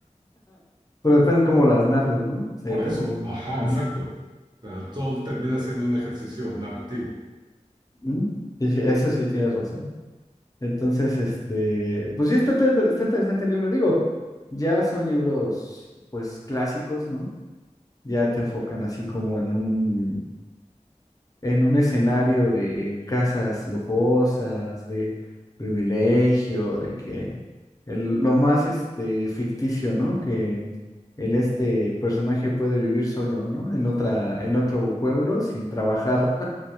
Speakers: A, on the left; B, on the right.
A: pero depende cómo las narres, ¿no? O sea,
B: Por
A: yo también.
B: eso, ajá,
A: <laughs> Ujú.
B: exacto. O sea, todo termina siendo un ejercicio narrativo,
A: ¿Mm? Sí, sí, eso sí tienes razón. Entonces, este, pues sí, está, está está interesante el libro. Digo, ya son libros, pues, clásicos, ¿no? Ya te enfocan así como en un, en un escenario de casas lujosas, de privilegio, de que el- lo más, este, ficticio, ¿no? Que el, este personaje puede vivir solo, ¿no? En otra, en otro pueblo sin trabajar,